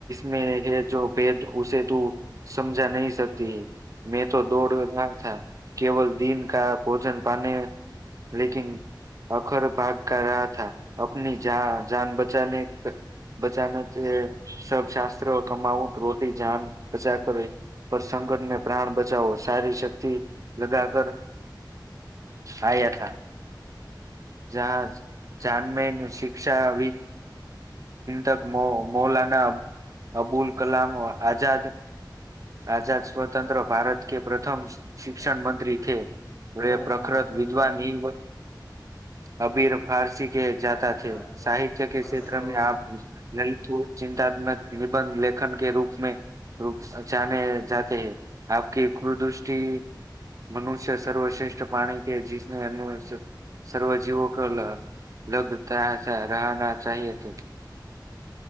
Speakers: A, on the right (about 45°); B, on the left (about 30°).
A: મે હૈ જો ભેદ ઉસે તું સમજા નહી શકતી હૈ મેં તો
B: છે
A: દોડ રહા થા. કેવલ દિન કા ભોજન પાને લેકીન અખર ભાગ કર રહા થ આપની જા જાન બચાને બચાને તે સબ શાસ્ત્ર કમાવું રોટી જાન બચા કર પર સકટને પ્રાણ બચાવો સારી ક્તિ લગા કર
B: <inaudible>
A: આયા થા. જહાજ જાનમે શિક્ષા હિ તક મો મોલના અબુલ કલામ આઝાદ આઝાદ સ્વતંત્ર ભારત કે પ્રથમ શિક્ષણ
B: બાકી
A: મંત્રી થે
B: હા
A: વ પ્રખત
B: હા સમજાણું
A: વિધવા નિવ અભી ર ફારસી કે
B: ડાબી
A: જાતા થે
B: પાઠ પાસે
A: સાહિત્ય કે
B: મારે
A: ક્ષેત્રમાં
B: ખાલી
A: આ લલિત ચિંતાત્મક નિબંધ લેખન કે રૂપ મે ર જાને જાતે હૈ આપકી ક્રુદૃષ્ટિ મનુષ્ય સર્વશ્રેષ્ઠ પ્રાણી કે જીસને અન સર્વ જીવો કરલા લભ તા રહના ચાએ તો